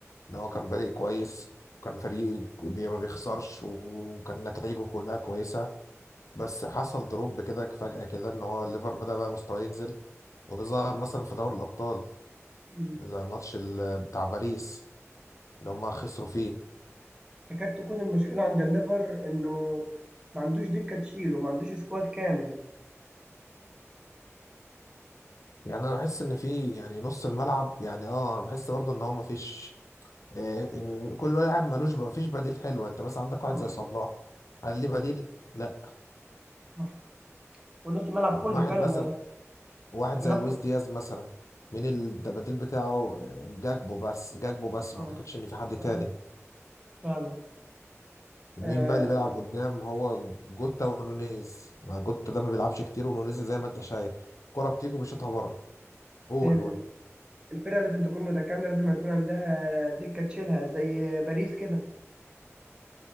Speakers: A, on the left (about 85°); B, on the right (about 20°).
A: ان هو كان بادئ كويس وكان فريق بي- ما بيخسرش وكان نتائجه كلها كويسة بس حصل دروب كده فجأة كده ان هو الليفر بدأ بقى مستواه ينزل وده ظهر مثلا في دوري الأبطال
B: مم.
A: زي ماتش ال- بتاع باريس اللي هما خسروا فيه
B: تكاد تكون المشكله عند الليفر انه ما عندوش دكه تشيله ما عندوش سكواد كامل
A: يعني انا بحس ان في يعني نص الملعب يعني اه انا بحس برضه ان هو مفيش آه، م- كل لاعب ملوش مفيش بديل حلو انت مثلا عندك واحد
B: اه
A: زي صلاح هل ليه بديل؟ لا
B: صح ونص الملعب كله
A: واحد
B: فعلا
A: مثلا واحد
B: جرافيك
A: زي لويس دياز مثلا مين البديل بتاعه آه، جاكبو بس جاكبو بس ما
B: اه
A: اعتقدش ان في حد تاني
B: فعلا فعلا.
A: مين
B: آه،
A: بقى اللي بيلعب قدام هو جوتا ونونيز مع جوتا ده ما بيلعبش كتير ونونيز زي ما انت شايف الكرة بتيجي وبيشوطها بره قول
B: هي ال-
A: قول
B: الفرقه لازم تكون متكامله لازم يكون عندها دكه تشيلها زي باريس كده